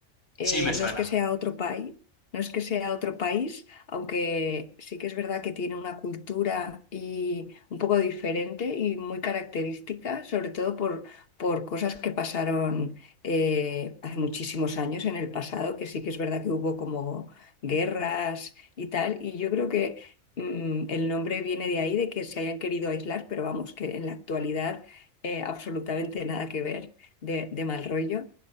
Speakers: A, on the left; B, on the left.
A: eh,
B: Sí, me suena.
A: no es que sea otro país, no es que sea otro país, aunque sí que es verdad que tiene una cultura y un poco diferente y muy característica, sobre todo por, por cosas que pasaron eh, hace muchísimos años en el pasado, que sí que es verdad que hubo como guerras y tal, y yo creo que mm, el nombre viene de ahí, de que se hayan querido aislar, pero vamos, que en la actualidad eh, absolutamente nada que ver de de mal rollo.